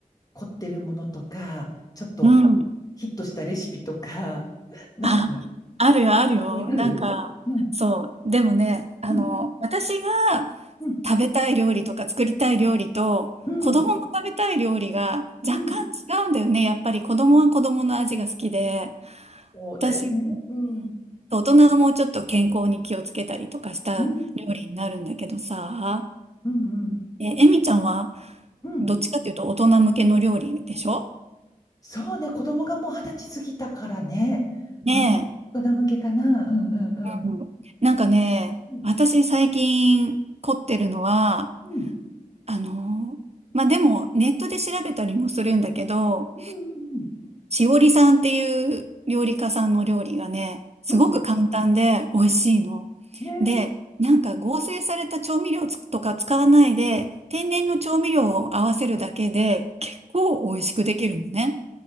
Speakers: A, on the left (about 25°); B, on the right (about 45°).
A: 凝ってるものとか、ちょっと
B: うん
A: ヒットしたレシピとか、<laughs> なんか、
B: あ、
A: ね、
B: あるよ、あるよ。
A: あるうん、
B: なんか、そう。でもね、あの、
A: うん、
B: 私が
A: うん、
B: 食べたい料理とか作りたい料理と、
A: うん、
B: 子供の食べたい料理が若干違うんだよね。
A: うん。
B: やっぱり子供は子供の味が好きで、
A: そうだよね。
B: 私、ね、
A: うん、うん、
B: 大人がもうちょっと健康に気をつけたりとかした料理になるんだけどさ、
A: うん、うん、
B: え、エミちゃんは
A: うん。
B: どっちかっていうと大人向けの料理でしょ
A: そうね、子供がもう二十歳過ぎたからね。
B: ねえ。
A: うん、大人向けかな。うん、うん、うん。
B: うんなんかね、
A: うん、
B: 私最近凝ってるのは、
A: うん、
B: あの、まあ、でもネットで調べたりもするんだけど、
A: うん、
B: しおりさんっていう料理家さんの料理がね、すごく簡単で美味しいの。
A: うん。うんね
B: で、なんか合成された調味料つとか使わないで、天然の調味料を合わせるだけで結構美味しくできるのね。